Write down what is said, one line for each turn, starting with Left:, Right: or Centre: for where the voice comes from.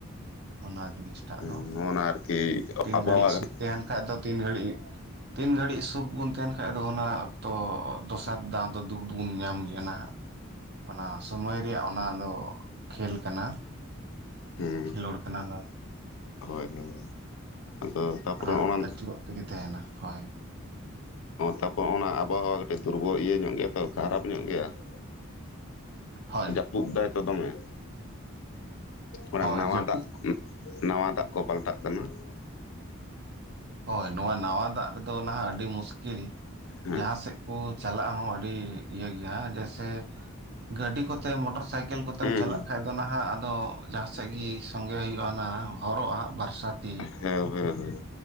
Right: ᱚᱱᱟ ᱡᱤᱱᱤᱥᱴᱟᱜ
Left: ᱱᱚᱜᱼᱚ
Right: ᱫᱚ
Left: ᱱᱟ ᱟᱨᱠᱤ
Right: ᱛᱤᱱ
Left: ᱟᱵᱚᱦᱟᱣᱟ
Right: ᱜᱷᱟᱹᱲᱤᱡ
Left: ᱠᱟᱹᱴᱤᱡ
Right: ᱥ ᱛᱟᱦᱮᱱ ᱠᱷᱟᱡ ᱫᱚ ᱛᱤᱱ ᱜᱷᱟᱹᱲᱤᱡ ᱛᱤᱱ ᱜᱷᱟᱹᱲᱤᱡ ᱥᱩᱠ ᱵᱚᱱ ᱛᱟᱦᱮᱱ ᱠᱷᱟᱡ ᱫᱚ ᱚᱱᱟ ᱚᱠᱛᱚ ᱫᱚᱥᱟᱨ ᱫᱷᱟᱣ ᱫᱚ ᱫᱩᱠ ᱫᱚᱵᱚᱱ ᱧᱟᱢ ᱜᱮᱭᱟ ᱚᱱᱟ ᱾ ᱚᱱᱟ ᱥᱚᱢᱚᱭ ᱨᱮᱭᱟᱜ ᱚᱱᱟ ᱫᱚ ᱠᱷᱮᱞ ᱠᱟᱱᱟ ᱾
Left: ᱦᱮᱸ
Right: ᱠᱷᱮᱞᱳᱰ ᱠᱟᱱᱟ ᱚᱱᱟ ᱫᱚ ᱾
Left: ᱦᱳᱭ ᱦᱳᱭ, ᱟᱫᱚ ᱛᱟᱯᱚᱨᱮ
Right: ᱚᱱᱟᱫᱚ
Left: ᱚᱱᱟ
Right: ᱟᱹᱪᱩᱨᱚᱜ ᱛᱮᱜᱮ ᱛᱟᱦᱮᱱᱟ ᱦᱳᱭ ᱾
Left: ᱛᱟᱯᱚᱨ ᱚᱱᱟ ᱟᱵᱚᱦᱟᱣᱟ ᱠᱟᱹᱴᱤᱡ ᱫᱩᱨᱵᱚᱞ ᱤᱭᱟᱹ ᱧᱚᱜ ᱜᱮᱭᱟ ᱛᱚ ᱠᱷᱟᱨᱟᱯ ᱧᱚᱜ ᱜᱮᱭᱟ ᱾
Right: ᱦᱳᱭ,
Left: ᱡᱟᱹᱯᱩᱫ ᱫᱟᱭ ᱛᱚ ᱫᱚᱢᱮ ᱾ ᱚᱱᱟ
Right: ᱦᱳᱭ
Left: ᱱᱟᱣᱟ
Right: ᱡᱟᱹᱯᱩᱫ
Left: ᱫᱟᱜ ᱱᱟᱣᱟ ᱫᱟᱜ ᱠᱚ ᱯᱟᱞᱴᱟᱜ ᱠᱟᱱᱟ ᱾
Right: ᱦᱳᱭ ᱱᱚᱣᱟ ᱱᱟᱣᱟ ᱫᱟᱜ ᱨᱮᱫᱚ ᱱᱟᱦᱟᱜ ᱟᱹᱰᱤ ᱢᱩᱥᱠᱤᱞ
Left: ᱦᱮᱸ
Right: ᱡᱟᱦᱟᱸ ᱥᱮᱫ ᱠᱚ ᱪᱟᱞᱟᱜ ᱦᱚᱸ ᱟᱹᱰᱤ ᱤᱭᱟᱹ ᱜᱮᱭᱟ ᱡᱮᱭᱥᱮ, ᱜᱟᱹᱰᱤ ᱠᱚᱛᱮ ᱢᱚᱴᱚᱨ ᱥᱟᱭᱠᱮᱞ ᱠᱚᱛᱮᱢ
Left: ᱦᱩᱸ
Right: ᱪᱟᱞᱟᱜ ᱠᱷᱟᱡ, ᱟᱫᱚ ᱱᱟᱦᱟᱜ ᱟᱫᱚ ᱡᱟᱦᱟᱸ ᱥᱮᱫ ᱜᱮ ᱥᱚᱸᱜᱮ ᱦᱩᱭᱩᱜᱼᱟ ᱚᱱᱟ ᱦᱚᱨᱚᱜᱼᱟᱜ ᱵᱚᱨᱥᱟᱛᱤ᱾
Left: ᱦᱮᱸ ᱦᱮᱸ ᱦᱮᱸ,